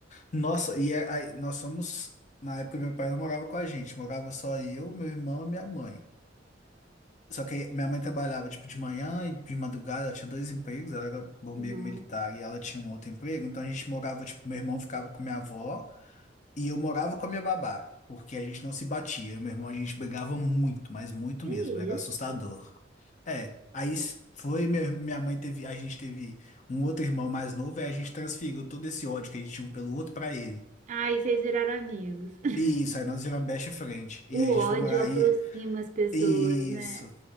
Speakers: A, on the left; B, on the right.
A: Nossa, e a- aí nós somos. Na época, meu pai não morava com a gente, morava só eu, meu irmão e minha mãe. Só que minha mãe trabalhava, tipo, de manhã e de madrugada, ela tinha dois empregos, ela era bombeiro
B: nossa,
A: militar e ela tinha um outro emprego, então a gente morava, tipo, meu irmão ficava com minha avó E eu morava com a minha babá, porque a gente não se batia. Eu e meu irmão, a gente brigava muito, mas muito
B: que
A: mesmo,
B: isso?
A: era assustador. É, aí s- foi, meu- minha mãe teve, a gente teve um outro irmão mais novo, aí a gente transferiu todo esse ódio que a gente tinha um pelo outro pra ele.
B: Ai, vocês viraram amigos. <laughs>
A: E isso, aí nós viramos best friend.
B: O
A: E aí a gente
B: ódio
A: foi morar
B: aproxima
A: aí.
B: as pessoas,
A: Isso.
B: né?